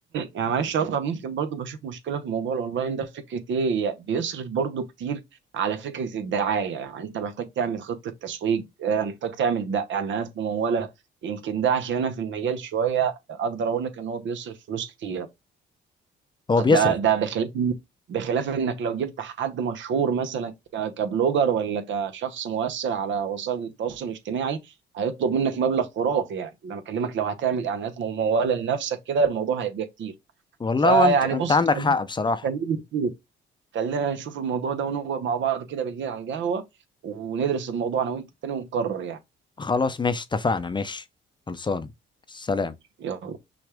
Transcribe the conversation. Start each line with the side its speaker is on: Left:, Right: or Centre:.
Right: يعني معلش اقطع ممكن برضو بشوف مشكله في موضوع الاونلاين ده في فكره ايه يعني بيصرف برضو كتير على فكره الدعايه يعني انت محتاج تعمل خطه تسويق آه، محتاج تعمل دا- اعلانات مموله يمكن ده عشان انا في المجال شويه اقدر اقول لك ان هو بيصرف فلوس كتير
Left: هو
Right: خد-
Left: بيصرف
Right: ده ده بخلاف بخلاف انك لو جبت حد مشهور مثلا ك- كبلوجر ولا كشخص مؤثر على وسائل التواصل الاجتماعي هيطلب منك مبلغ خرافي يعني ده أنا بكلمك لو هتعمل اعلانات ممولة لنفسك كده الموضوع هيبقى كتير
Left: والله
Right: فيعني
Left: وانت انت
Right: بص
Left: عندك حق بصراحه
Right: خلينا نشوف خلينا نشوف الموضوع ده ونقعد مع بعض كده بالليل على القهوة وندرس الموضوع انا وانت تاني ونقرر يعني
Left: خلاص ماشي اتفقنا ماشي خلصانه سلام
Right: يلا